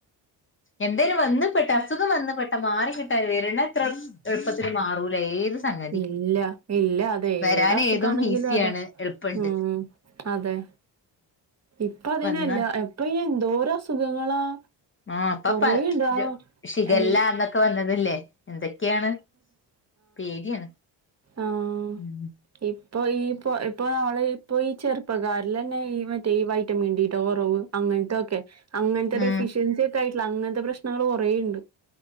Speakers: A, on the left; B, on the right.
A: എന്തേലും വന്ന്പ്പെട്ട അസുഖം വന്ന്പെട്ട മാറിക്കിട്ട വരണ അത്ര എളുപ്പത്തിന് മാറൂല ഏത്. സംഗതി
B: ഇല്ല ഇല്ല അത
A: വരാൻ
B: ഏത് അസുഖാണെങ്കിലും
A: ഏതും ഈസിയാണ്
B: അതെ.
A: എളുപ്പണ്ട്
B: ഉം അതെ ഇപ്പ അതിനല്ല
A: വന്ന
B: എപ്പ. എന്തോര അസുഖങ്ങളാ?
A: ആ
B: കൊറേണ്ട്
A: അപ്പൊ
B: ആഹ്
A: ഷിഖല്ലന്നൊക്കെ
B: എൽ
A: വന്നതില്ലേ എന്തൊക്കെയാണ്. പേടിയാണ്.
B: ആഹ
A: ഉം
B: ഇപ്പൊ ഈ പൊ ഇപ്പൊ നമ്മള ഇപ്പൊ ഈ ചെറുപ്പക്കാരിൽ ലന്നെ ഈ മറ്റേ ഈ വൈറ്റമിൻ ഡിടെ കുറവ് അങ്ങനത്തൊക്കെ. അങ്ങനത്തെ ഡെഫിഷ്യൻസി
A: ഉം
B: ഒക്കെ ആയിട്ടുള്ള അങ്ങനത്തെ പ്രശ്നങ്ങൾ കുറെണ്ട്.